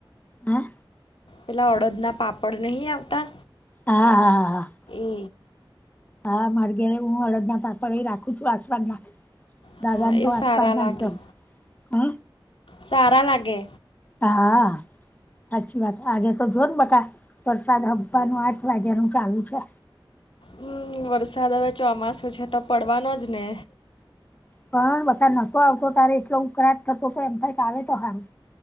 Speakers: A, on the left (about 20°); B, on the left (about 75°).
A: હમ
B: પેલા અડદના પાપડ નહી આવતા
A: હા હા હા હા.
B: એ
A: હા માર ઘેરે હું હડદના પાપડ એ રાખું છું આસવાન ના
B: હા
A: દાદાને તો
B: એ
A: વાસવા
B: સારા
A: નાજગમ
B: લાગે
A: હ
B: સારા લાગે
A: હા સાચી વાત આજે તો જો ને બકા વરસાદ હપ્ાનું આઠ વાગ્યાનું ચાલુ છે.
B: હમ વરસાદ હવે ચોમાસું છે તો પડવાનો જ ને
A: પણ બધા નતો આવતો તારે એટલો ઉકળાટ થતો તો એમ કઈક આવે તો સારું